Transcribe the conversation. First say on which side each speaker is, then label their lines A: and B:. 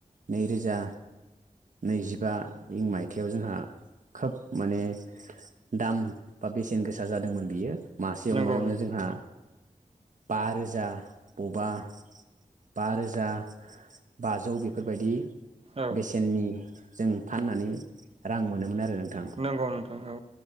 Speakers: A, on the right; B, on the right.
A: नैरोजा नैजिबा इं मायथाइयाव जोंहा खोब माने दाम बा बेसेन गोसा जादोंमोन बियो। मासे
B: नंगौ
A: अमायावनो जोंहा बा रोजा बबा बा रोजा बाजौ बे बेफोरबायदि
B: औ
A: बेसेननि जों फाननानै रां मोनोमोन आरो। नोंथां
B: नंगौ नोंथां औ